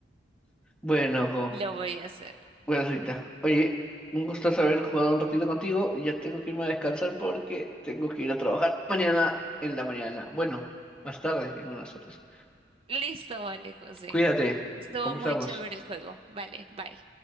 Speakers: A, in the centre; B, on the right (about 30°).
A: Bueno, Jo,
B: Lo voy a hacer.
A: bueno, Rita. Oye, un gusto haber jugado un ratito contigo. Ya tengo que irme a descansar porque tengo que ir a trabajar mañana en la mañana. Bueno, más tarde, en unas horas.
B: Listo, vale, José.
A: Cuídate,
B: Estuvo
A: conversamos.
B: muy chévere el juego. Vale, bye.